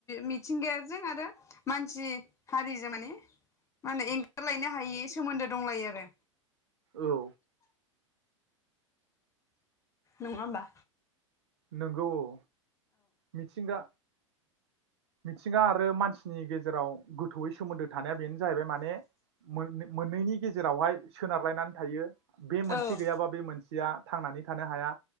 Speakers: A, on the left (about 15°); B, on the right (about 55°).
A: मिथिंगायाजों आरो मानसि हारिजों माने मा होनो एंगारलायनो हायि सोमोन्दो दंलायो आरो
B: औ
A: नङाबा
B: नोंगौ औ मिथिंगा मिथिंगा आरो मानसिनि गेजेराव गोथौयै सोमोन्दो थानाया बेनो जाहैबाय माने मोन मोननैनि गेजेरावहाय सोनारलायनानै थायो बे मोनसे
A: ओं
B: गैयाबा बे मोनसेया थांनानै थानो हाया